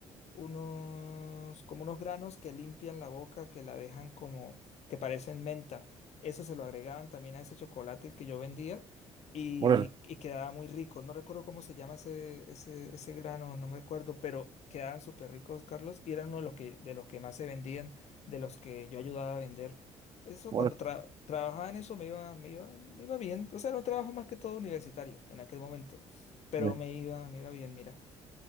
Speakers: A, on the left; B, on the right.
A: unos, como unos granos que limpian la boca, que la dejan como, que parecen menta. Eso se lo agregaban también a ese chocolate el que yo vendía y,
B: Órale.
A: y quedaba muy rico. No recuerdo cómo se llama ese, ese, ese grano, no me acuerdo, pero quedaban súper ricos, Carlos, y eran uno de los que, de los que más se vendían, de los que yo ayudaba a vender. Eso,
B: Órale,
A: cuando tra- trabajaba en eso me iba, me iba, me iba bien. O sea, era un trabajo más que todo universitario en aquel momento, pero
B: ya,
A: me iba, me iba bien, mira.